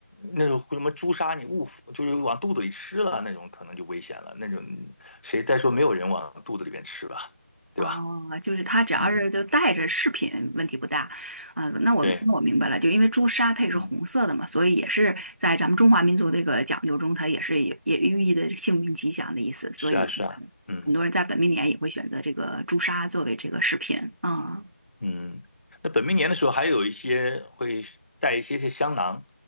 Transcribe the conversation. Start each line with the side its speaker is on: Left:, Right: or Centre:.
Left: 那种什么朱砂，你误服就是往肚子里吃了那种，可能就危险了。那种谁再说没有人往肚子里面吃吧，对吧？
Right: 哦，就是它只要是就带着饰品，
Left: 嗯，
Right: 问题不大。啊、那我那我明白了，
Left: 对，
Right: 就因为朱砂它也是红色的嘛，
Left: 嗯，
Right: 所以也是在咱们中华民族这个讲究中，它也是也也寓意的幸运吉祥的意思。所以嗯很多人在本命年也会选择这个朱砂作为这个饰品。
Left: 是啊，是啊，嗯。
Right: 啊、
Left: 嗯，那本命年的时候还有一些会带一些些香囊，